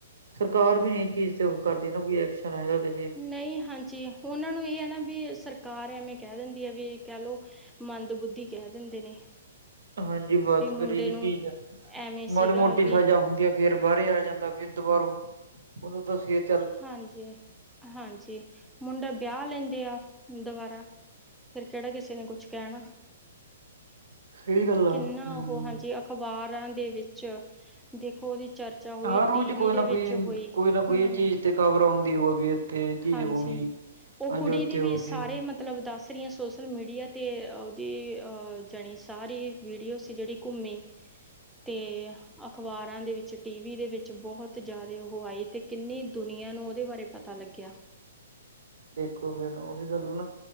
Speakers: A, on the right (about 65°); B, in the centre.
A: ਸਰਕਾਰ ਵੀ ਨੀ ਏ ਚੀਜ਼ ਤੇ ਉਹ ਕਰਦੀ ਨਾ ਕੋਈ ਐਕਸ਼ਨ ਹੈਗਾ ਤੇ
B: ਨਈ ਹਾਂਜੀ ਉਨਾਂ ਨੂੰ ਇ ਐ ਨਾ ਵੀ ਸਰ ਕਾਰ ਐਵੇਂ ਕਹਿ ਦਿੰਦੀਐ ਵੀ ਕਹਿ ਲੋ ਮੰਦ - ਬੁੱਧੀ ਕਹਿ ਦਿੰਦੇ ਨੇ।
A: ਹਾਂਜੀ ਬਸ
B: ਵੀ ਮੁੰਡੇ
A: ਫਿਰ ਇਹੀ
B: ਨੂੰ
A: ਚੀਜ਼ ਆ
B: ਐਵੇਂ ਸੀਗਾ
A: ਮਾੜੀ- ਮੋਟੀ
B: ਵੀ
A: ਸਜ਼ਾ ਹੁੰਦੀਐ ਫੇਰ ਬਾਹਰੇ ਆ ਜਾਂਦਾ ਫਿਰ ਦੁਬਾਰੋ ਉਦੋਂ ਤਾਂ ਫਿਰ ਫੇ
B: ਹਾਂਜੀ - ਹਾਂਜੀ। ਮੁੰਡਾ ਵਿਆ ਲੈਂਦੇ ਆ ਦਬਾਰਾ ਫਿਰ ਕਿਹੜਾ ਕਿਸੇ ਨੇ ਕੁਛ ਕੈਣਾ,
A: ਸਹੀ ਗੱਲ ਆ
B: ਕਿੰਨਾ
A: ਹਮ
B: ਅਹੋ ਹਾਂਜੀ ਅ ਖਬਾਰਾਂ ਦੇ ਵਿੱਚ ਦੇਖੋ ਉਹਦੀ ਚਰਚਾ ਹੋਈ,
A: ਹਰ ਰੋਜ਼
B: ਟੀ ਵੀ
A: ਕੋਈ
B: ਦੇ
A: ਨਾ
B: ਵਿੱਚ
A: ਕੋਈ
B: ਹੋਈ।
A: ਕੋਈ ਨਾ ਕੋਈ
B: ਹੂੰ
A: ਝੀਜ਼ ਤੇ ਕਬਰ ਅਉਂਦੀ ਆ ਵੀ ਇੱਥੇ ਇਹ ਚੀਜ਼
B: ਹਾਂਜੀ,
A: ਹੋ ਗਈ
B: ਓ
A: ਅੱਜ
B: ਕੁੜੀ
A: ਉੱਥੇ
B: ਦੀ
A: ਹੋ
B: ਵੀ
A: ਗਈ
B: ਸਾਰੇ ਮਤਲਬ ਦੱਸ ਰੀਆਂ ਸੋਸ ਲ- ਮੀਡੀਆ 'ਤੇ ਔਅਦੀ ਅ ਜਾਣੀ ਸਾਰੀ ਵੀਡੀਓ ਸੀ ਜੇੜੀ ਘੁੰਮੀ ਤੇਅ ਅਖ਼ਬਾਰਾਂ ਦੇ ਵਿੱਚ, ਟੀ ਵੀ ਦੇ ਵਿੱਚ ਬੋਹੋਤ ਜਾਦੇ ਓਹ ਆਏ ਤੇ ਕਿੰਨੇ ਦੁਨੀਆਂ ਨੂੰ ਓਦੇ ਬਾਰੇ ਪਤਾ ਲੱ ਗਿਆ।
A: ਦੇਖੋ ਫੇਰ ਓਹੀ ਗੱਲ ਹੋਈ ਨਾ।